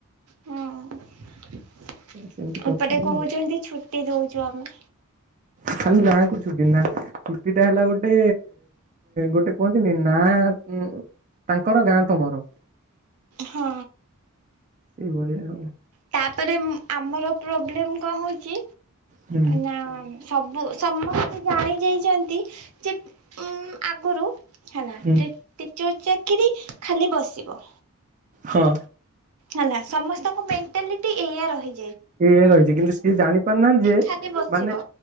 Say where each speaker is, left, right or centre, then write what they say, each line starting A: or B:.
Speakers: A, on the right; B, on the right.
A: ହଁ
B: ସେମିତି କରୁଛନ୍ତି
A: ଏପଟେ କହୁଚନ୍ତି
B: ଆଉ
A: ଛୁଟି ଦଉଚୁ ଆମେ।
B: ଖାଲି ନା କୁ ଛୁଟି ନା ଛୁଟି ଟା ହେଲା ଗୋଟେ ଗୋଟେ କୁହନ୍ତିନି ନା ତାଙ୍କର ଗାଁ ତମର।
A: ହଁ।
B: ସେଇ ଭାଳିଆ ଆଉ।
A: ତାପରେ ଆମର ପ୍ରୋବ୍ଲେମ କଣ ହଉ ଚି
B: ହୁଁ
A: ନା ସବୁ ସମ ସେ ଜାଣି ଯାଇଚନ୍ତି ଯେ ଉଁ ଆଗୁରୁ ହେଲା
B: ହୁଁ
A: ତି ତି ଚୋଉ ଚାକିରି ଖାଲି ବସିବ।
B: ହଁ।
A: ହେଲା ସମସ୍ତଙ୍କ ମେଣ୍ଟାଲିଟି ଏଇଆ ରହି
B: ଏଇଆ ରହିଚି କିନ୍ତୁ ସିଏ ଜାଣିପାରୁନାହାନ୍ତି ଯେ
A: ଖାଲି ବସିବ
B: ମାନେ